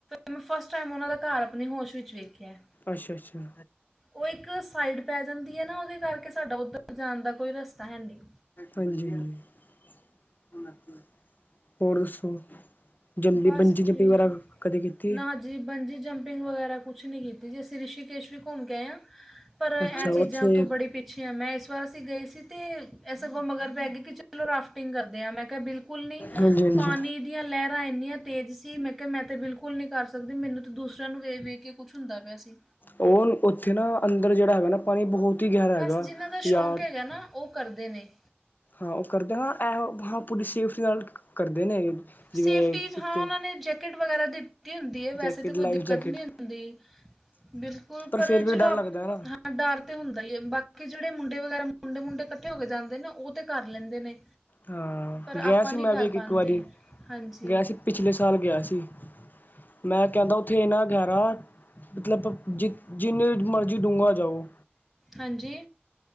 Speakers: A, in the centre; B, on the left.
A: ਮੈਂ ਫਸਟ ਟਾਈਮ ਉਹਨਾਂ ਦਾ ਘਰ ਆਪਣੀ ਹੋਸ਼ ਵਿੱਚ ਵੇਖਿਐ।
B: ਅੱਛਾ-ਅੱਛਾ।
A: ਉਹ ਇੱਕ ਸਾਈਡ ਪੈ ਜਾਂਦੀ ਐ ਨਾ ਉਹਦੇ ਕਰਕੇ ਸਾਡਾ ਉੱਧਰ ਜਾਣ ਦਾ ਕੋਈ ਰਸਤਾ ਹੈ ਨਹੀਂ
B: ਹਾਂਜੀ‌। ਹਾਂ, ਹੋਰ ਦੱਸੋ ਜੰਬੀ
A: ਬਸ
B: ਬੰਜੀ ਜੰਪੀ
A: ਜੀ
B: ਵਾਰਾ ਕਦੀ ਕੀਤੀ
A: ਨਾ
B: ਏ।
A: ਜੀ ਬੰਜੀ ਜੰਪਿੰਗ ਵਗੈਰਾ ਕੁਛ ਨੀ ਕੀਤੀ। ਜੀ ਅਸੀਂ ਰਿਸ਼ੀਕੇਸ਼ ਵੀ ਘੁੰਮ ਕੇ ਆਏ ਆ ਪਰ ਇਹ
B: ਅੱਛਾ
A: ਚੀਜ਼ਾਂ
B: ਉੱਥੇ
A: ਉਤੋਂ ਬੜੀ ਪਿੱਛੇ ਆਂ ਮੈਂ। ਇਸ ਵਾਰ ਅਸੀਂ ਗਏ ਸੀ ਤੇ ਐ ਸਗੋਂ ਮਗਰ ਪੈ ਗਏ ਕਿ ਚਲੋ ਰਾਫਟਿੰਗ ਕਰਦੇ ਆ। ਮੈਂ ਕਿਹਾ ਬਿਲਕੁਲ ਨਹੀਂ।
B: ਹਾਂਜੀ ਹਾਂਜੀ
A: ਪਾਣੀ <unintelligible> ਇੰਨੀਆਂ ਤੇਜ਼ ਸੀ ਮੈਂ ਕੇਆ ਮੈਂ ਤੇ ਬਿਲਕੁਲ ਨਈ ਕਰ ਸਕਦੀ। ਮੈਨੂੰ ਤਾਂ ਦੂਸਰਿਆਂ ਨੂੰ ਵੇ ਵੇਖ ਕੇ ਕੁਛ ਹੁੰਦਾ ਪਿਆ ਸੀ।
B: ਓ ਉੱਥੇ ਨਾ ਅੰਦਰ ਜੇਹੜਾ ਹੈਗਾ ਨਾ ਪਾਣੀ ਬਹੁਤ ਹੀ ਗਹਿਰਾ
A: ਬਸ
B: ਹੈਗਾ
A: ਜਿਨ੍ਹਾਂ ਦਾ
B: ਯਾਰ
A: ਸ਼ੌਕ ਹੈਗਾ ਨਾ ਉਹ ਕਰਦੇ ਨੇ।
B: ਹਾਂ ਉਹ ਕਰਦੇ ਹਾਂ, ਇਹ ਹਾਂ ਪੁਲਿ ਸੇਫ ਨਾਲ ਕਰਦੇ ਨੇ।
A: ਸੇਫਟੀ
B: ਜਿਵੇਂ
A: ਹਾਂ
B: ਉੱਤੇ
A: ਉਹਨਾਂ ਨੇ ਜੈਕਟ ਵਗੈਰਾ ਦਿੱਤੀ ਹੁੰਦੀ ਐ ਵੈਸੇ
B: ਜੈਕਟ
A: ਤਾਂ ਕੋਈ
B: ਲਾਈਫ
A: ਦਿੱਕਤ
B: ਜੈਕਟ
A: ਨਹੀਂ ਹੁੰਦੀ ਬਿਲਕੁਲ ਪਰ
B: ਫਿਰ
A: ਚਲੋ।
B: ਵੀ ਡਰ ਲੱਗਦਾ
A: ਅਅ
B: ਨਾ
A: ਪ ਡਰ ਤੇ ਹੁੰਦਾ ਈ ਐ ਬਾਕੀ ਜਿਹੜੇ ਮੁੰਡੇ ਵਗੈਰਾ ਮੁੰਡੇ-ਮੁੰਡੇ ਇਕੱਠੇ ਹੋ ਕੇ ਜਾਂਦੇ ਨੇ ਓ ਤੇ ਕਰ ਲੈਂਦੇ ਨੇ।
B: ਹਾਂ।
A: ਪਰ
B: ਗਿਆ
A: ਆਪਾਂ
B: ਸੀ
A: ਨਹੀਂ
B: ਮੈਂ
A: ਕਰ
B: ਵੀ ਇੱਕ
A: ਪਾਉਂਦੇ
B: ਵਾਰੀ।
A: ਹਾਂਜੀ
B: ਗਿਆ ਸੀ ਪਿਛਲੇ ਸਾਲ ਗਿਆ ਸੀ। ਮੈਂ ਕਹਿੰਨਾ ਉੱਥੇ ਇਨਾ ਗਹਿਰਾ ਮਤਲਬ ਜਿ-ਜਿੰਨੇ ਮਰਜ਼ੀ ਡੂੰਘਾ ਜਾਓ।
A: ਹਾਂਜੀ।